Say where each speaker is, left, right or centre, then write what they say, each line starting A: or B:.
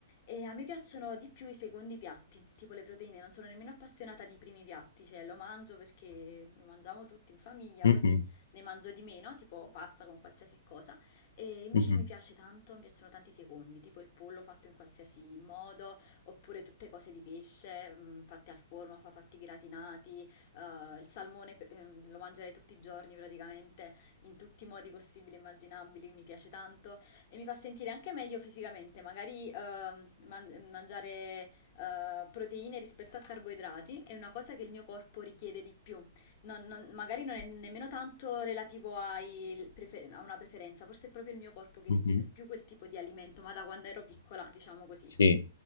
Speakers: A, on the left; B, on the left.
A: E a me piacciono di più i secondi piatti, tipo le proteine, non sono nemmeno appassionata di primi piatti, cioè lo mangio perché lo mangiamo tutti in famiglia,
B: Mhm.
A: così ne mangio di meno, tipo pasta con qualsiasi cosa. E invece
B: Mhm.
A: mi piace tanto, mi piacciono tanti secondi, tipo il pollo fatto in qualsiasi modo, oppure tutte cose di pesce, mm, fatte al forno, fa- fatti gratinati, eh, il salmone pe- eh, lo mangerei tutti i giorni praticamente, in tutti i modi possibili e immaginabili, mi piace tanto. E mi fa sentire anche meglio fisicamente, magari ehm, man- mangiare eh, proteine rispetto a carboidrati è una cosa che il mio corpo richiede di più. Non- non- magari non è nemmeno tanto relativo ai prefe- a una preferenza, forse è proprio il mio corpo che
B: Mhm.
A: richiede più quel tipo di alimento, ma da quando ero piccola, diciamo così.
B: Sì.